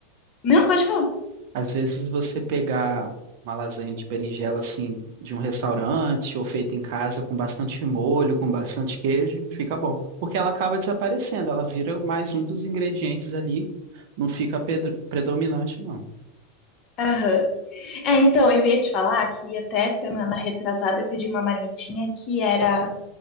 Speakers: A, on the left (about 40°); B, on the right (about 60°).
A: Não, pode falar.
B: Às vezes você pegar uma lasanha de berinjela assim de um restaurante ou feita em casa com bastante molho, com bastante queijo, fica bom, porque ela acaba desaparecendo, ela vira mais um dos ingredientes ali, não fica pedr- predominante não.
A: Aham. É, então, eu ia te falar que até semana retrasada eu pedi uma marmitinha que era